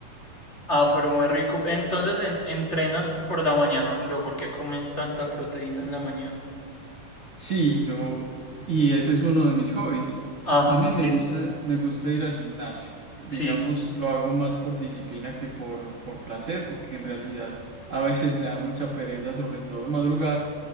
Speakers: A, on the left; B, on the right.
A: Ah, pero muy rico. Entonces, en- ¿entrenas por la mañana o qué? ¿O por qué comes tanta proteína en la mañana?
B: Sí, yo, y ese es uno de mis hobbies.
A: Ah,
B: A mí
A: ok.
B: me gusta, me gusta ir al gimnasio. Digamos,
A: Sí.
B: lo hago más por disciplina que por, por placer, porque en realidad a veces me da mucha pereza, sobre todo madrugar,